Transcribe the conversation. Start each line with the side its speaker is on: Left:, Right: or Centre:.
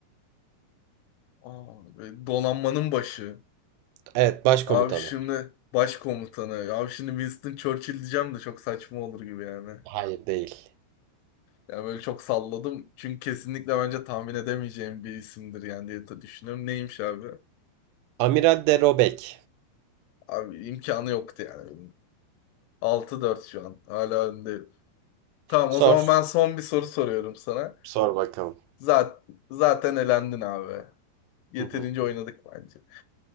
Left: Aa, böyle donanmanın başı.
Right: Evet, başkomutanı.
Left: Abi şimdi başkomutanı. Abi şimdi Winston Churchill diyeceğim de çok saçma olur gibi yani.
Right: Hayır değil.
Left: Yani böyle çok salladım. Çünkü kesinlikle bence tahmin edemeyeceğim bir isimdir yani diye de düşünüyorum. Neymiş abi?
Right: Amiral de Robek.
Left: Abi imkanı yoktu yani. Altı dört şu an. Hala önde. Tamam
Right: Sor.
Left: o zaman ben son bir soru soruyorum sana.
Right: Sor bakalım.
Left: Zaten, zaten elendin abi. Yeterince
Right: Hı hı.
Left: oynadık bence.